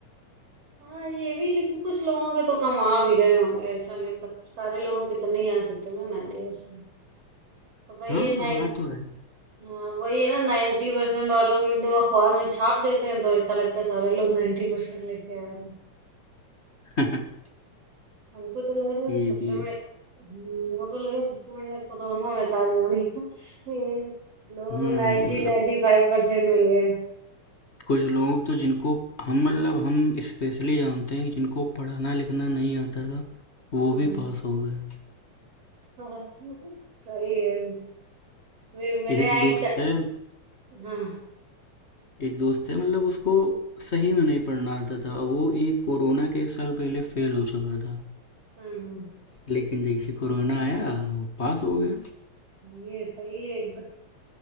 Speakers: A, on the right; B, on the left.
A: हाँ ये भी लेकिन कुछ लोगों के तो कम आ भी रहे होंगे ऐसा नहीं सब सारे लोगों के तो नहीं आ सकते ना नाइनटी परसेंट। वही
B: हाँ
A: है नाइन
B: आ तो रहे
A: हाँ, वही है ना नाइन्टी परसेंट वालों को एकदम अखबार में छाप देते हैं तो ऐसा लगता है सारे लोग नाइन्टी परसेंट लेके आ रहे हैं
B: <laughs>
A: हमको तो लग रहा है
B: ये
A: कि सबसे
B: भी
A: बड़े
B: है
A: हम्म, वो तो लगा सबसे बढ़िया कोरोना में था जोड़ी <laughs> ये लोग
B: हाँ
A: नाइन्टी
B: मतलब
A: नाइन्टी फाइव परसेंट मिल गए
B: कुछ लोग तो जिनको हम मतलब हम स्पेशली जानते हैं जिनको पढ़ना लिखना नहीं आता था वो
A: हाँ
B: भी पास हो गए
A: <laughs> सही है वे मेरे
B: एक
A: यहाँ
B: दोस्त
A: एक चा...
B: है
A: हाँ
B: एक दोस्त है मतलब उसको सही में नहीं पढ़ना आता था वो एक कोरोना के एक साल पहले फेल हो चुका था
A: हाँ हाँ,
B: लेकिन जैसे कोरोना आया वो पास हो गया
A: ये सही है एकदम